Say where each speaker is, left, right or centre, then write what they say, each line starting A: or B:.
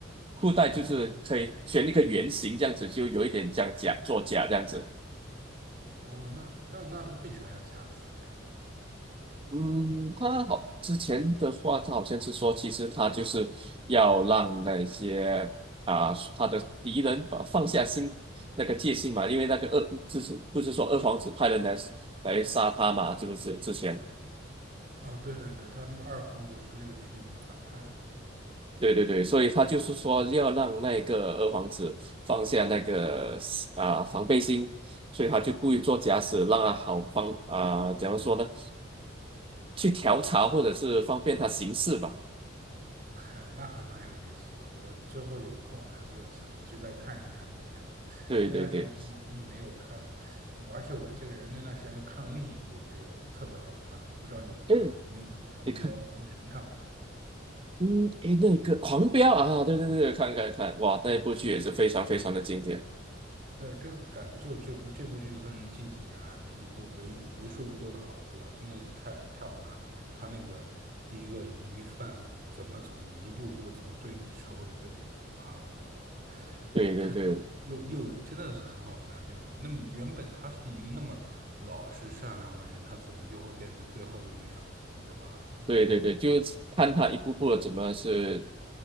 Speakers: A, on the right; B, on the right.
A: 裤带就是可以选一个圆形这样子，
B: 哦
A: 就有一点像假作假这样子。
B: 哦，那那那他为啥要假死呀？
A: 嗯，他好，之前的话，他好像是说，其实他就是要让那些啊、他的敌人把放下心那个戒心嘛，因为那个二之前不是说二皇子派人来来杀他嘛，这个是之前，
B: 哦，对对对，他那个二皇子是那个剧里面的反派嘛，
A: 对对对，所以他就是说要让那个二皇子放下那个啊、防备心，所以他就故意做假死，让他好方啊、怎样说呢？去调查或者是方便他行事吧，
B: <laughs> 那还蛮有意思的。我之后有空还是想去再看一看之前的。
A: 对对对。
B: 那段时间是忙着没有看，我而且我这个人那段时间看另一部剧特别好看，我不知道你有没有看过，
A: 哎
B: 名字叫《狂飙》，
A: 你看，
B: 你肯定看过。
A: 嗯，诶，那个《狂飙》啊，对对对，看看看，哇，那一部剧也是非常非常的经典。
B: 对，这个感觉就是这部这部剧算是近几年来唯一不唯一为数不多的好剧了，真的是太太好看了。他那个一个鱼贩子怎么从一步步从最底社会最底层爬到最高的，
A: 对对对
B: 太又又真的是很好看。就是那么原本他是一个那么老实善良的人，他怎么就会变成最后的那样，对吧？
A: 对对对，
B: 你。
A: 就是看他一步步的怎么是